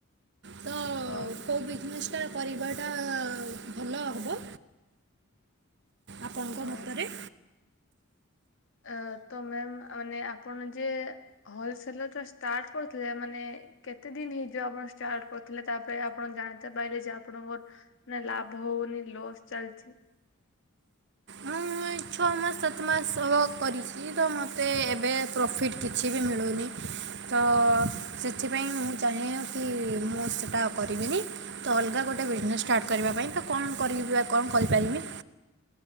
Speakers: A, on the right; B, on the left.
A: ତ
B: ଅ-
A: କଉ ବିଜନେସ୍ ଟା କରିବାଟା ଭଲ ହବ ଆପଣଙ୍କ
B: ହଉ
A: ମତରେ।
B: ଆ- ତମେ ମା -ମାନେ ଆପଣ ଯେ ହୋଲସେଲର ଟା ଷ୍ଟାର୍ଟ କରୁଥିଲେ ମାନେ ଏ କେତେ ଦିନ୍ ହେଇଯିବ ଆପଣ ଷ୍ଟାର୍ଟ କରଥିଲେ ତାପରେ ଆପଣ ଜାଣତେ ପାଇଲେ ଯେ ଆପଣଙ୍କର ନା ଲାଭ ହଉନି ଲସ୍ ଚାଲିଚି।
A: ମୁଁ ଏଇ ଛଅ ମାସ ସାତ ମାସ ହବ କରିଚ଼ି। <unintelligible> ତ ମତେ ଏବେ ପ୍ରଫିଟ୍ କିଛି ବି ମିଳୁନି। ତ ସେଥିପାଇଁ ମୁଁ ଚାହେଁ କି ମୁଁ ସେଟା ଆଉ କରିବିନି। ତ ଅଲଗା ଗୋଟେ ବିଜନେସ୍ ଷ୍ଟାର୍ଟ କରିବା ପାଇଁ ତ କଣ କରିବା କଣ କରିପାରିବି।